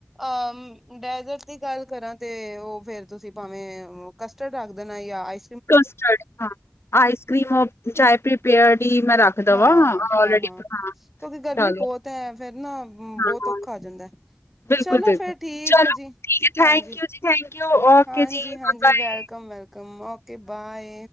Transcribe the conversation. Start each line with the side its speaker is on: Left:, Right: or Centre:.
Centre: ਅਹ ਡੈਜ਼ਰਟ ਦੀ ਗੱਲ ਕਰਾਂ ਤੇ ਓ ਫੇਰ ਤੁਸੀਂ ਭਾਵੇਂ ਕਸਟਡ ਰੱਖ ਦੇਣਾ ਯਾ ਆਈ
Left: ਕਸਟਡ ਹਾਂ ਆਈਸ ਕਰ੍ਰੀਮ ਅ ਚਾਏ ਪ੍ਰੀਪੇਅਰਡ ਹੀ ਮੈਂ ਰੱਖ ਦੇਵਾਂ
Centre: ਹਾਂ-ਹਾਂ-ਹਾਂ
Left: ਆਲਰੇਡੀ ਹਾਂ
Centre: ਕਿਉਂਕਿ ਗਰਮੀ
Left: ਚਲੋ
Centre: ਬੋਤ ਐ ਫੇਰ ਨਾ
Left: ਹਾਂ
Centre: ਬਹੁਤ
Left: ਹਾਂ
Centre: ਔਖਾ ਜਾਂਦਾ ਐ।
Left: ਬਿਲਕੁਲ
Centre: ਚਲੋ
Left: ਬਿਲਕੁਲ
Centre: ਫਿਰ ਠੀਕ
Left: ਚਲੋ
Centre: ਐ ਜੀ
Left: ਠੀਕ ਹੈ
Centre: ।ਹਾਂਜੀ-ਹਾਂਜੀ-ਹਾਂਜੀ
Left: ਥੈਂਕ ਯੂ ਜੀ ਥੈਂਕ ਯੂ ਓਕੇ ਜੀ bye
Centre: welcome welcome okay bye.